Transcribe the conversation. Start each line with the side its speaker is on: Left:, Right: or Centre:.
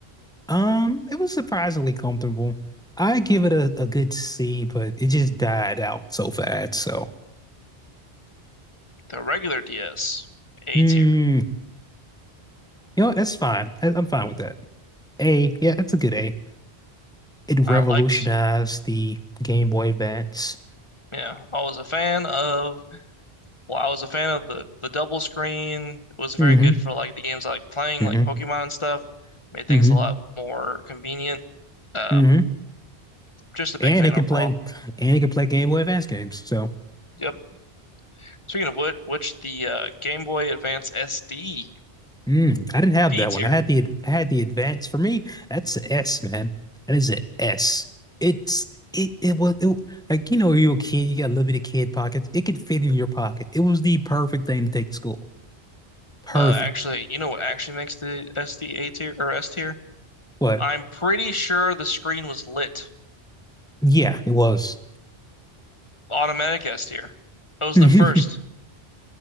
Centre: Um, it was surprisingly comfortable. I give it a, a good C, but it just died out so fast. So,
Left: The regular DS, A
Centre: mm,
Left: tier.
Centre: you know, what? that's fine. I- I'm fine with that. A, yeah, that's a good A. It
Left: I
Centre: revolutionized
Left: liked,
Centre: the Game Boy Advance.
Left: yeah, I was a fan of Well, I was a fan of the the double screen. It was very
Centre: hmm
Left: good for like the games I like playing,
Centre: hmm
Left: like Pokemon and stuff. Made things
Centre: hmm
Left: a lot more convenient. Um,
Centre: hmm
Left: just a big
Centre: and
Left: fan
Centre: it can
Left: overall.
Centre: play and it can play Game Boy Advance games. So
Left: Yep. Speaking of which, which the uh, Game Boy Advance SD
Centre: mm, I didn't have
Left: B
Centre: that
Left: tier.
Centre: one. I had the I had the Advance. For me, that's an S, man. That is an S. It's it it was it, like you know when you're a kid, you got limited kid pockets. It could fit in your pocket. It was the perfect thing to take to school. Perfect.
Left: Uh, actually, you know what actually makes the SD A tier or S tier?
Centre: What?
Left: I'm pretty sure the screen was lit.
Centre: Yeah, it was.
Left: Automatic S tier. It was
Centre: <laughs>
Left: the first.